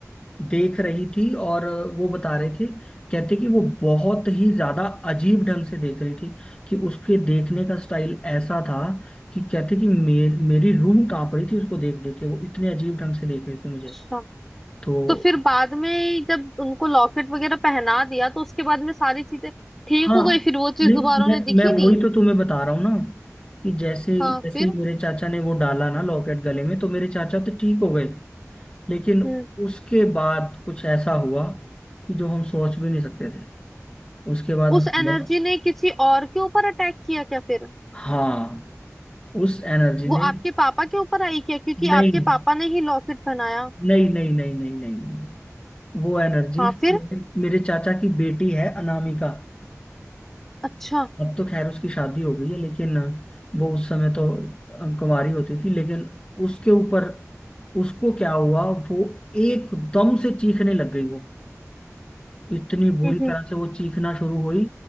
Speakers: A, on the left; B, in the centre.
A: देख रही थी और वो बता रहे थे कहते कि वो बहुत ही ज्यादा अजीब ढंग से देख रही थी कि उसके देखने का स्टाइल ऐसा था कि कहते कि मेर, मेरी रूह कांप रही थी उसको देख देख के वो इतने अजीब ढंग से देख रही थी
B: अच्छा
A: मुझे तो
B: तो फिर बाद में जब उनको लॉकेट वगैरह पहना दिया तो उसके बाद में सारी चीजें ठीक
A: हाँ
B: हो गई फिर वो चीज
A: नहीं
B: दोबारा उन्हें
A: मैं
B: दिखी
A: मैं
B: नहीं
A: वही तो तुम्हें बता रहा हूँ ना कि जैसे
B: हाँ
A: जैसे
B: फिर
A: ही मेरे चाचा ने वो डाला ना लॉकेट गले में तो मेरे चाचा तो ठीक हो गए लेकिन
B: हम्म
A: उसके बाद कुछ ऐसा हुआ कि जो हम सोच भी नहीं सकते थे उसके बाद
B: उस एनर्जी
A: हुआ
B: ने किसी और के ऊपर अटैक किया क्या फिर
A: हाँ उस एनर्जी
B: वो
A: ने
B: आपके पापा के ऊपर आई क्या क्योंकि
A: नहीं
B: आपके पापा ने ही लॉकेट पहनाया
A: नहीं नहीं नहीं नहीं नहीं नहीं वो एनर्जी
B: हाँ फिर
A: मेरे मेरे चाचा की बेटी है अनामिका
B: अच्छा
A: अब तो खैर उसकी शादी हो गई है लेकिन वो उस समय तो अम, कुंवारी होती थी लेकिन उसके ऊपर उसको क्या हुआ वो एकदम से चीखने लग गई वो इतनी बुरी
B: हम्म हम्म
A: तरह से वो चीखना शुरू हुई